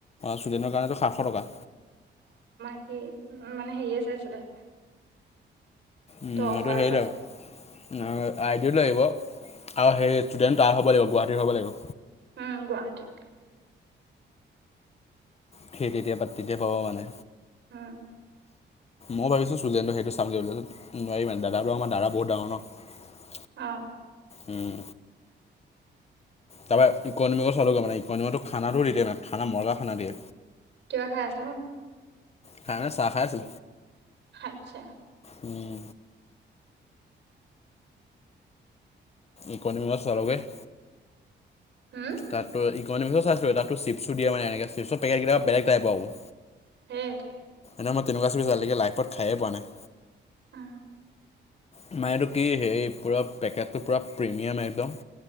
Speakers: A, on the left (about 35°); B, on the right (about 70°).
A: ষ্টুডেণ্টৰ কাৰণেতো সাতশ টকা।
B: উ মানে হেৰিয়ে চাইছিলে।
A: উম
B: ত অফাৰত
A: এইটো সেই
B: পাইছিলে
A: ল আৰু আইডি লাগিব, আৰু হেৰি, ষ্টুডেণ্ট তাৰ হ'ব লাগিব। গুৱাহাটীৰ হ'ব লাগিব।
B: উম, গুৱাহাটীত।
A: ঠিক, এতিয়া পাতিতে পাব মানে।
B: হ'ম।
A: মই ভাবিছোঁ ষ্টুডেণ্টৰ সেইটো চামগৈ, লৈ লবি নোৱাৰি মানে। দাদাৰ পৰা আমাৰ দাদা বহুত ডাঙৰ ন।
B: আ'।
A: উম। তাৰপৰা ইকনিমক চাব যোৱা, মানে ইকনমিকতো খানাটো ৰেদি দিয়া নাই। খানা মজা খানা দিয়ে।
B: কিবা খাই আছা নকি?
A: টাউনত চাহ খাই আছো।
B: আচ্ছা।
A: উম,। ইকনমিকত ছালাযে। <inaudible>
B: হম
A: তাতো ইকনমিকত চাইছিলো। তাতো চিপছো দিয়ে মানে, এনেকে চিপৰ পেকেট কেইটা বেলেগ টাইপৰ আৰু।
B: হে।
A: এনেও মই, তেনেকুৱা চুইজ আজিলেকে লাইভত খাইয়ে পোৱা নাই।
B: অ।
A: আমাৰ এইটো কি হেৰি পুৰা পেকেটটো পুৰা প্ৰিমিয়াম একদম।